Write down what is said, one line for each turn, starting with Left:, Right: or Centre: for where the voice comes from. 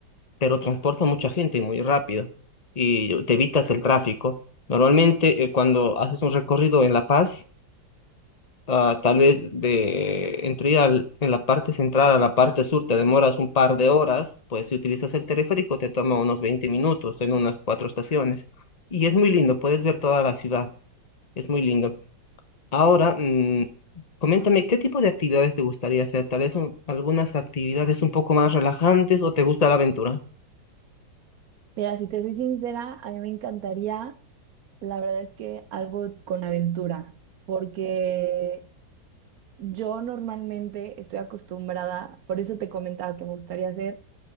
Left: pero transporta mucha gente y muy rápido y te evitas el tráfico. Normalmente, eh, cuando haces un recorrido en La Paz, Ah, tal vez de entre ir al- en la parte central a la parte sur te demoras un par de horas, pues si utilizas el teleférico te toma unos 20 minutos en unas cuatro estaciones. Y es muy lindo, puedes ver toda la ciudad, es muy lindo. Ahora, mm, coméntame, ¿qué tipo de actividades te gustaría hacer? Tal vez un- algunas actividades un poco más relajantes o te gusta la aventura.
Right: Mira, si te soy sincera, a mí me encantaría, la verdad es que algo con aventura, porque yo normalmente estoy acostumbrada, por eso te comentaba que me gustaría hacer